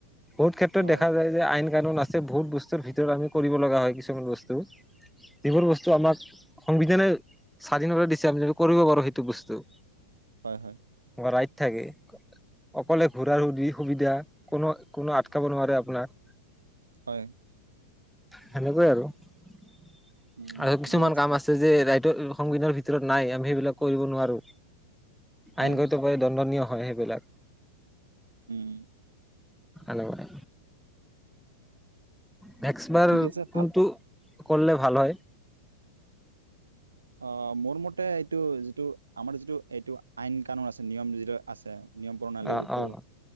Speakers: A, in the centre; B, on the right.
A: বহুত ক্ষেত্ৰত
B: অ
A: দেখা যায় যে আইন কাৰণ নাছে বহুত বস্তুৰ ভিতৰত আমি কৰিব লগা হয় কিছু বস্তু যিবোৰ বস্তু আমাক সংবিধানে স্বাধীনভাৱে দিছে আমি যদি কৰিব পাৰো সেইটো বস্তু
B: হয় হয়
A: ৰাই থাকে অকলে ঘূৰাৰো সু সুবিধা কোনো কোনো আটকাব নোৱাৰে আপোনাক
B: হয়
A: সেনেকুৱাই আৰু তি
B: উম
A: আৰু
B: ঠিকে
A: কিছুমান কাম আছে যে ৰা সংবিধানৰ ভিতৰত নাই আমি সেইবিলাক কৰিব নোৱাৰোঁ
B: হয়
A: আইন গ়িত প দণ্ডনীয় হয় সেইবিলাক
B: উম
A: আনেে মে মে্সবাৰ
B: ঠিক আছে ভাল
A: কোনটো কৰলে ভাল হয়।
B: অ মোৰ মতে এইটো যিটো আমাৰ যিটো এইটো আইন কানুন আছে নিয়ম যিটো আছে নিয়ম প্ৰণালী
A: অ',
B: যিটো
A: অ',